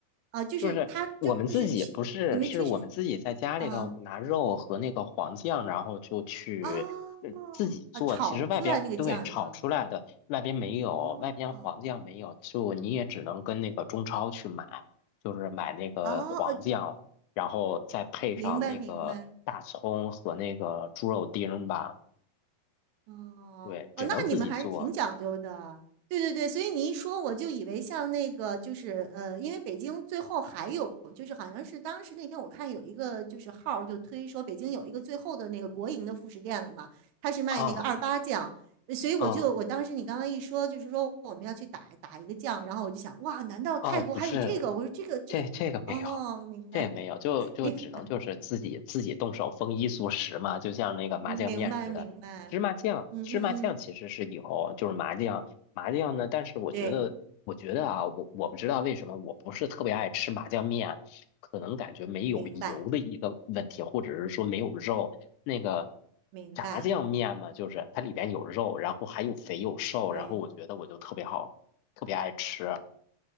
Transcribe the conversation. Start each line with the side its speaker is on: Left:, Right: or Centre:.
Right: 啊，就是它就就是其你们其实
Left: 就是我们自己不是，是我们自己在家里头拿肉和那个黄酱，
Right: 啊
Left: 然后就去呃自己做。
Right: 啊啊炒出来那个酱是吗？
Left: 其实外边对炒出来的，外边没有，
Right: 啊。
Left: 外边黄酱没有，就你也只能跟那个中超去买，就是买那个黄酱，
Right: 哦，呃，
Left: 然后再配上那个大葱和那个猪肉丁儿吧。
Right: 明白明白，哦哦，
Left: 对，只能自己做
Right: 那你们还是挺讲究的，对对对，所以你一说我就以为像那个就是呃，因为北京最后还有就是好像是当时那天我看有一个就是号儿就推说北京有一个最后的那个国营的副食店了嘛，他是卖那个二八酱，
Left: 啊
Right: 呃所以我就我当时你刚刚一说就是说我们要去打打一个酱，
Left: 啊。
Right: 然后我就想哇，难道泰国还有这个？
Left: 哦，不是，
Right: 我说这个这个哦，
Left: 这这个没有，
Right: 明白
Left: 这也没有，就就只能就是自己自己动手丰衣足食嘛，
Right: <laughs>
Left: 就像那个麻酱面似的。
Right: 明明白明白，
Left: 芝麻酱，
Right: 嗯嗯，
Left: 芝麻酱其实是有，就是麻酱，麻酱呢，但是我觉得，
Right: 对。
Left: 我觉得啊，我我不知道为什么我不是特别爱吃麻酱面，可能感觉没有油的一个问题，
Right: 明白，
Left: 或者是说没有肉。那个
Right: 明白，
Left: 炸酱面嘛，就是它里边有肉，然后还有肥有瘦，
Right: 对，
Left: 然后我觉得我就特别好，特别爱吃。